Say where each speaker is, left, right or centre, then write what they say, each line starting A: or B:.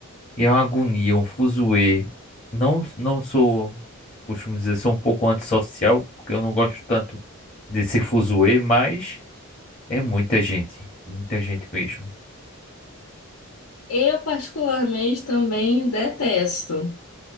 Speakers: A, on the left; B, on the left.
A: E é uma agonia, é um fuzuê. Não, não sou, costumo dizer, sou um pouco antissocial, porque eu não gosto tanto desse fuzuê, mas é muita gente, muita gente mesmo.
B: eu particularmente também detesto.